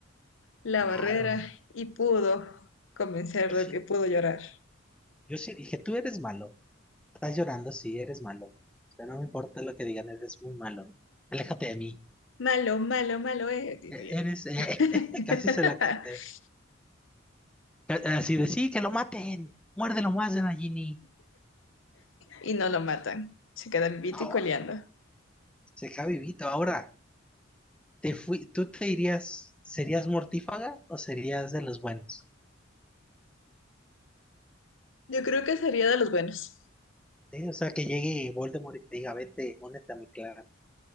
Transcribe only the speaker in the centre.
claro.
Yo
sí,
yo sí dije, tú eres malo, estás llorando, sí, eres malo. O sea, no me importa lo que digan, eres muy malo. Aléjate de mí.
E-
Eres, eh,
<laughs> casi se la canté. Ca- Así de, sí, que lo maten, muérdelo más de Nagini.
Ah,
se queda vivito ahora. te fui, ¿tú te irías, serías mortífaga o serías de los buenos?
¿Sí? O sea, que llegue Voldemort y te diga, vente, únete a mi clan.